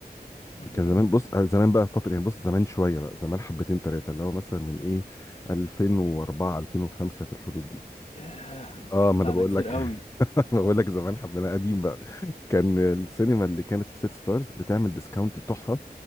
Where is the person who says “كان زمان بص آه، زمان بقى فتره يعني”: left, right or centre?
Left